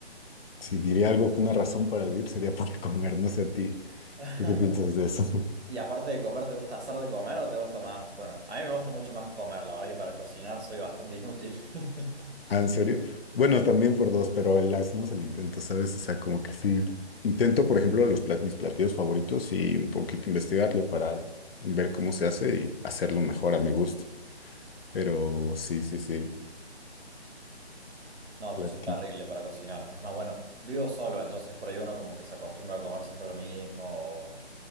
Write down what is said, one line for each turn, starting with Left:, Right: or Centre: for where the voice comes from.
Left: si diría algo, una razón para vivir sería <laughs> para comer, no sé a ti.
Right: <laughs>
Left: ¿Tú qué piensas de eso? <laughs>
Right: Y aparte de comer, ¿te gusta hacer de comer o te gusta más? Bueno, a mí me gusta mucho más comer, la verdad que para cocinar soy bastante inútil. <laughs>
Left: Ah, ¿En serio? Bueno, también por dos, pero le hacemos el intento, ¿sabes? O sea, como que sí. Intento, por ejemplo, los plat- mis platillos favoritos y un poquito investigarle para ver cómo se hace y hacerlo mejor a mi gusto. Pero sí, sí, sí.
Right: No,
Left: Platí.
Right: yo soy terrible para cocinar. Es más, bueno, vivo solo, entonces por ahí uno como que se acostumbra a comer siempre lo mismo. O,